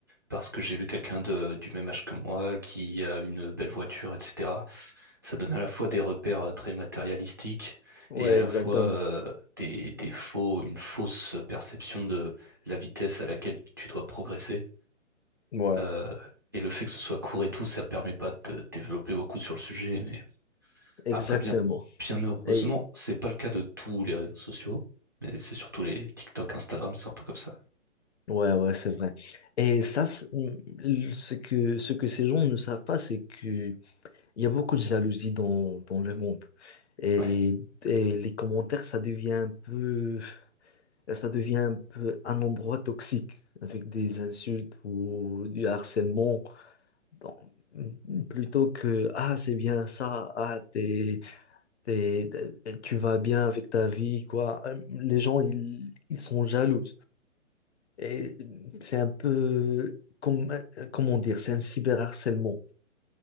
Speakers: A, on the right (about 20°); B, on the left (about 55°).
A: parce que j'ai vu quelqu'un de, du même âge que moi qui a une belle voiture, etc. Ça donne à la fois des repères euh, très matérialistiques
B: ouais,
A: et à la
B: exactement.
A: fois euh, des, des faux, une fausse perception de la vitesse à laquelle tu dois progresser.
B: Ouais,
A: Euh, et le fait que ce soit court et tout, ça permet pas de développer beaucoup sur le sujet. Mais
B: exactement.
A: après, bien, bien heureusement,
B: Et
A: c'est pas le cas de tous les réseaux sociaux. Mais c'est surtout les TikTok, Instagram, c'est un peu comme ça.
B: ouais, ouais, c'est vrai. Et ça, c'est- ce que, ce que ces gens ne savent pas, c'est que Il y a beaucoup de jalousie dans, dans le monde. Et,
A: Ouais.
B: et les commentaires, ça devient un peu, ça devient un peu un endroit toxique avec des insultes ou du harcèlement. Donc, plutôt que, ah, c'est bien ça, ah, t'es, t'es- tu vas bien avec ta vie, quoi. Les gens, ils, ils sont jaloux. Et c'est un peu, comme, comment dire, c'est un cyberharcèlement.